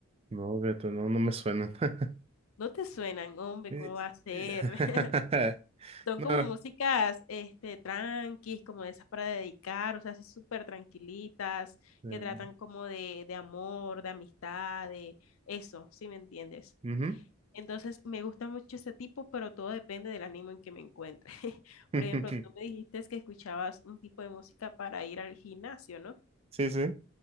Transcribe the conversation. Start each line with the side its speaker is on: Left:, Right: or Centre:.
Right: no, fíjate, no, no me suenan. <laughs>
Left: no te suenan, hombre,
Right: Eh,
Left: ¿cómo va a ser?
Right: eh,
Left: <laughs>
Right: <laughs>
Left: Son
Right: No.
Left: como músicas, este, tranquis, como de esas para dedicar, o sea, así súper tranquilitas,
Right: eh,
Left: que tratan como de, de amor, de amistad, de eso, ¿sí me entiendes?
Right: ujú.
Left: Entonces, me gusta mucho ese tipo, pero todo depende del ánimo en que me encuentre. <laughs>
Right: <laughs>
Left: Por ejemplo, tú me dijiste que escuchabas un tipo de música para ir al gimnasio, ¿no?
Right: Sí, sí.